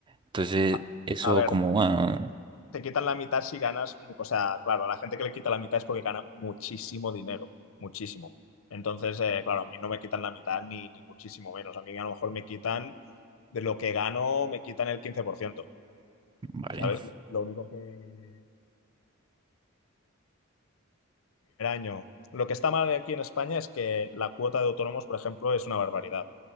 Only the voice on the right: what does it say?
Entonces,
eso
como, ah,
vale.